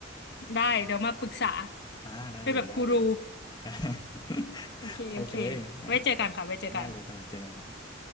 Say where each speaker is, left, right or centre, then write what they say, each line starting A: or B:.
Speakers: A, on the left; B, on the left.
A: ได้เดี๋ยวมาปรึกษา
B: อ่าได้เลยได้เลย
A: เป็นแบบกูรู
B: <laughs>
A: โอเคโอเค
B: โอเคงั้น
A: ไว้เจอกันค่ะไว้เจอกัน
B: ได้เลยครับผมเจอกันครับ